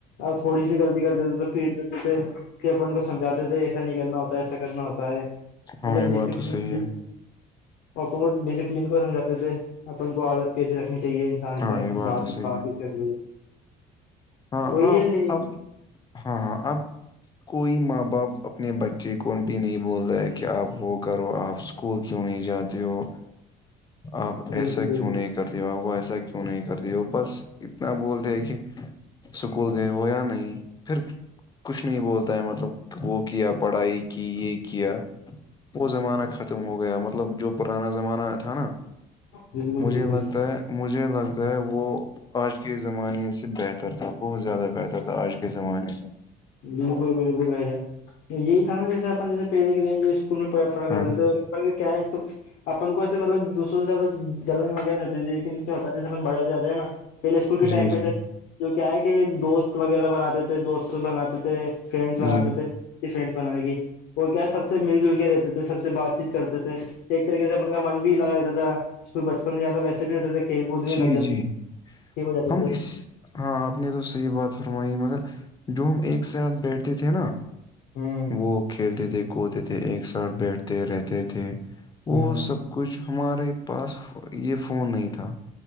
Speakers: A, on the left; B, on the left.
A: اب تھوڑی سی غلطی کر دیتے تھے تو پیٹ دیتے تھے کہ اپن کو سمجھاتے تھے ایسا نہیں کرنا ہوتا ایسا کرنا ہوتا مطلب
B: ہاں یہ
A: ڈسپلن
B: بات تو صحیح ہے
A: اور بوہوت اپ ان کو سمجھاتے تھے اپن کو عادت کیسیے رکھنی چاہیے انسان
B: ہاں
A: سے
B: یہ
A: بات
B: تو
A: میں
B: صحیح
A: بات
B: ہے
A: کیسی کرنی چاہیے
B: ہاں
A: وہ یہ
B: اب ہاں ہاں اب کوئی ماں باپ اپنے بچے کو بھی نہیں بول رہ ہے کہ آپ وہ کرو آپ اسکول کیوں نہیں جاتے ہو آپ
A: بالکل
B: ایسا
A: بالکل
B: کیوں نہیں کرتے وہ ایسا کیوں نہیں کرتی وہ بس اتنا بولتے ہے کہ اسکول گئے ہو یا نہیں پھر کچھ نہیں بولتا ہے مطلب وہ کیا پڑھائی کی یہ کیا وہ زمانہ ختم ہو گیا مطلب جو پرانا زمانہ تھا نا
A: بالکل
B: مجھے
A: بالکل
B: لگتا ہے مجھے لگتا ہے وہ آج کے زمانے سے بہتر تھا بہت زیادہ بہتر تھا تو آج کے زمانے س
A: بالکل بالکل بھائی جان یہی تھا نا جیسے اپن جیسے پہ دیک رہے میں پ پڑا
B: ہاں
A: کرتا تو پ کیا ہے تو اپن کو ایسے مطلب دوسروں سےیادہ جلن وغیرہ نہیں ہوتی لیکن ہوتا ہے جیسے بڑے ہوتے جاتے ہیں نا پہلے اسکول کے
B: جی
A: ٹائم پہ
B: جی
A: تھے جو کیا ہے کہ دوست وغیرہ بناتے تھے دوست بناتے تھے فرینڈس بناتے
B: جی
A: تھے فرینڈس بنانے کی وہ کیا سب سے مل جل کے رہتے تھے سب سے بات چیت کرتے تھے ایک طریقے سے اپن کا من بھی لگا رہتا تھا اس بچپن میں زیادہ ویسے بھی ہوتے تھے کھیل کود میں لگ
B: جی
A: جات
B: جی
A: ٹھیک ہو جاتے
B: ہم
A: تھے
B: اس ہاں آپ نے تو صحیح بات فرمائی مگر جو ہم ایک ساتھ بیٹھتے تھے نا
A: ہ
B: وہ کھیلتے تھے کوتے تھے ایک ساتھ بیٹھتے رہتے تھے وہ
A: ہ
B: سب کچھ ہمارے پاس یہ فون نہیں تھا